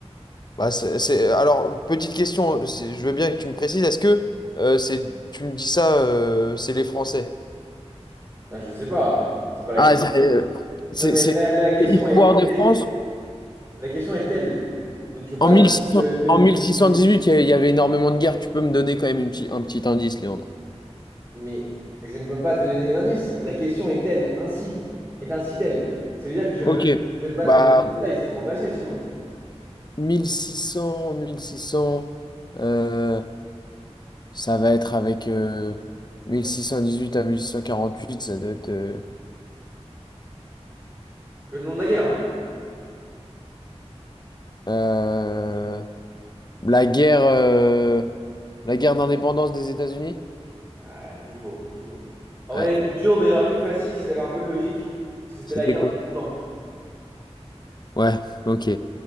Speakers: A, on the left; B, on the right.
A: Bah, c'est, c'est- alors, petite question, c'est- je veux bien que tu me précises, est-ce que euh, c'est, tu me dis ça, euh, c'est les Français?
B: Ah, je sais pas. C'est pas la
A: Ah,
B: question.
A: c'est c'est-
B: Non, mais
A: c'est- c'est
B: la, la question
A: Histoire
B: est, est
A: de
B: telle
A: France.
B: que- La question est telle. Donc, je veux pas
A: En 1600
B: non plus le- le
A: en
B: mu-
A: 1618,
B: le-
A: il y avait il y avait énormément de guerres. Tu peux me donner quand même une petit- un petit indice, Léandre.
B: Mais je ne peux pas te donner d'indice. La question est telle, ainsi. Est ainsi telle. Ça veut dire que je
A: Ok.
B: ne veux, je ne veux pas
A: Bah,
B: donner de détails. C'est trop facile sinon.
A: 1600, 1600, euh, ça va être avec euh, 1618 à 1648, ça doit être... euh,
B: Je veux le nom de la guerre. hein.
A: euh, La guerre, euh, la guerre d'indépendance des États-Unis?
B: Ah, tout faux, tout faux. En
A: Ouais,
B: vrai, elle était dure, mais elle aurait pu être facile si t'avais un peu de logique. Parce que c'était
A: c'était
B: la guerre
A: quoi?
B: de Trente ans.
A: Ouais, ok,